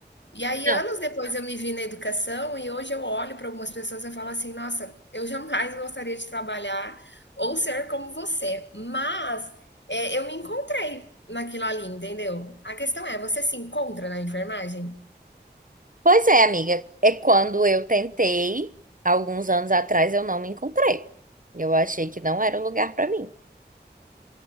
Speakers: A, on the left (about 85°); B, on the right (about 50°).
A: E aí,
B: Não.
A: anos depois, eu me vi na educação e hoje eu olho para algumas pessoas e eu falo assim, nossa, eu jamais gostaria de trabalhar ou ser como você. Mas é, eu me encontrei naquilo ali, entendeu? A questão é, você se encontra na enfermagem?
B: Pois é, amiga. É quando eu tentei, alguns anos atrás, eu não me encontrei. Eu achei que não era o lugar pra mim.